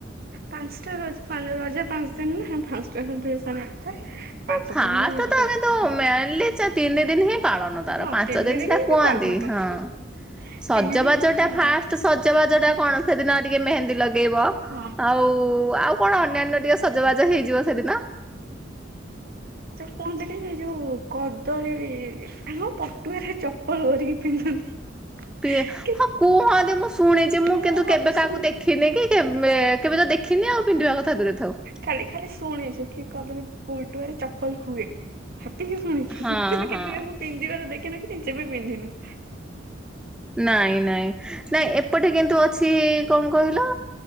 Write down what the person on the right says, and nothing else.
ପାଞ୍ଚଟା ର ରଜ ପାଞ୍ଚ ଦିନ ନା ପାଞ୍ଚଟା ଡ୍ରେସ୍ ହବା କଥା। ପାଞ୍ଚ
ଦିନରେ ଗୋଟେ
ଗୋଟେ
ପିନ୍ଧିବା
କଥା।
ହଁ
ତିନି
ଏଇଟା
ପାଳନ କରନ୍ତି।
ତିନିଦିନ
ହଁ
ସେ କୁହନ୍ତି କହି ଏ ଯୋଉ କଦଳୀ ଆମ ପଟୁଆରେ ଚପଲ କରିକି ପିନ୍ଧନ୍ତି।
କି
କୁହନ୍ତି
ଶୁଣ
ଖାଲି ଖାଲି ଶୁଣିଛୁ କି କଦଳୀ ପଟୁଆରେ ଚପଲ ହୁଏ। ହେତିକ ଶୁଣିଛୁ
କିନ୍ତୁ
କେବେ କାହାକୁ ପିନ୍ଧିବାର ଦେଖିନୁ କି ନିଯେ ବି ପିନ୍ଧିନୁ।